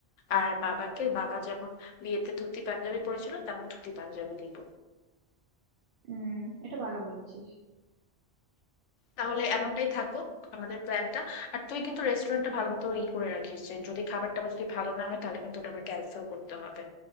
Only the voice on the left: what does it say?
আর বাবাকে বাবা যেমন বিয়েতে ধুতি পাঞ্জাবি পরেছিল তেমন ধুতি পাঞ্জাবি দিব
তাহলে এমনটাই থাকো আমাদের প্ল্যানটা আর তুই কিন্তু রেস্টুরেন্টটা ভালো মতো ই করে রাখিস যে যদি খাবারটা আবার যদি ভালো না হয় তাহলে কিন্তু ওটা আবার ক্যান্সেল করতে হবে